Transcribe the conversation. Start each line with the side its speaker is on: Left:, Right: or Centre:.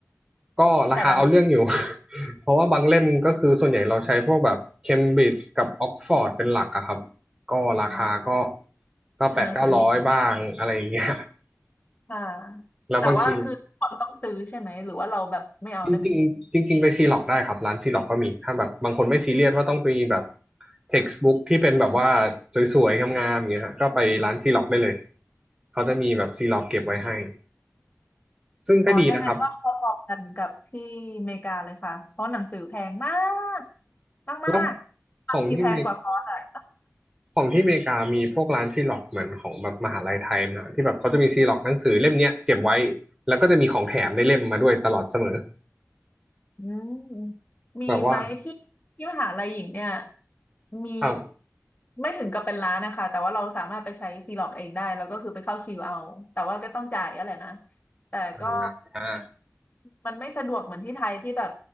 Right: ก็ราคาเอาเรื่องอยู่
Left: แต่ละเล่ม
Right: <laughs> เพราะว่าบางเล่มก็คือส่วนใหญ่เราใช้พวกแบบเคมบริดจ์กับออกฟอร์ดเป็นหลักอะครับก็ราคาก็
Left: เนาะ
Right: ก็แปดเก้าร้อยบ้างอะไรอย่างเงี้ย
Left: คือหนังสือดี ค่ะ
Right: แล้วบางที
Left: แต่ว่าคือทุกคนต้องซื้อใช่ไหมหรือว่าเราแบบไม่เอาได้ไหม
Right: จริงๆจริงๆไปซีล็อกได้ครับร้านซีล็อกก็มีถ้าแบบบางคนไม่ซีเรียสว่าต้องไปแบบ textbook ที่เป็นแบบว่าสวยๆงามๆอย่างเงี้ยฮะก็ไปร้านซีล็อกได้เลยเขาจะมีแบบซีล็อกเก็บไว้ให้ซึ่งก็ดีนะครับ
Left: อ๋อถ้างั้นก็พอๆกันกับที่อเมริกาเลยค่ะเพราะหนังสือแพงมาก
Right: แล้ว
Left: มากๆบางทีแพงกว่าคอร์สอะ
Right: ของที่เมกของที่อเมริกามีพวกร้านซีล็อกเหมือนของแบบมหาลัยไทยนะฮะที่แบบเขาจะมีซีล็อกหนังสือเล่มเนี้ยเก็บไว้แล้วก็จะมีของแถมในเล่มมาด้วยตลอดเสมอ
Left: อืมมีไหมที่ที่มหาลัยหญิงเนี่ย
Right: แบบว่า
Left: มี
Right: อ้าว
Left: ไม่ถึงกับเป็นร้านนะคะแต่ว่าเราสามารถไปใช้ซีล็อกเองได้แล้วก็คือไปเข้าคิวเอาแต่ว่าก็ต้องจ่ายอะไรนะแต่ก็
Right: อ่า
Left: มันไม่สะดวกเหมือนที่ไทยที่แบบ